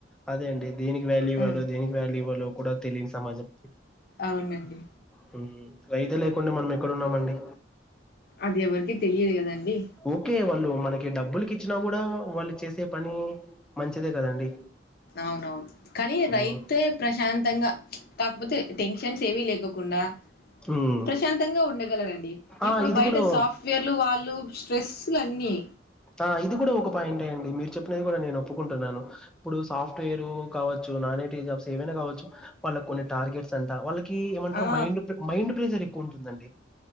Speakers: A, in the centre; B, on the left (about 55°).
A: అదే అండి దేనికి వ్యాల్యూ ఇవ్వాలో
B: ఆ,
A: దేనికి వాల్యూ ఇవ్వాలి లో కూడా తెలియని సమాజం
B: అవునండి
A: హ్మ్ రైతు లేకుండా మనం ఎక్కడున్నామండి
B: అది ఎవరికి తెలియదు కదండి
A: ఓకే వాళ్ళు మనకి డబ్బు బ్బులకి ఇచ్చినా కూడా వాళ్ళు చేసే పని మంచిదే కదండి
B: అవునవును కానీ
A: ఉమ్
B: రైతే ప్రశాంతంగా కాకపోతే టెన్షన్స్ ఏవీ లేకోకుండా
A: ఉమ్.
B: ప్రశాంతంగా ఉండగలరండి
A: ఆ
B: ఇప్పుడు
A: ఇది
B: బయట
A: కూడా
B: సాఫ్ట్వేర్లు వాళ్ళు స్ట్రెస్లు అన్నీ
A: ఆ ఇది కూడా ఒక పాయింటే అండి మీరు చెప్పినది కూడా నేను ఒప్పుకుంటున్నాను ఇప్పుడు సాఫ్ట్వేర్ కావచ్చు నాన్ ఐటి జబ్స్ ఏవైనా కావచ్చు వాళ్ళకి కొన్ని టార్గెట్స్ అంట వాళ్ళ కి ఏమంటారు
B: ఆ
A: మైండ్ మైండ్ ప్రెషర్ ఎక్కువ ఉంటుందండి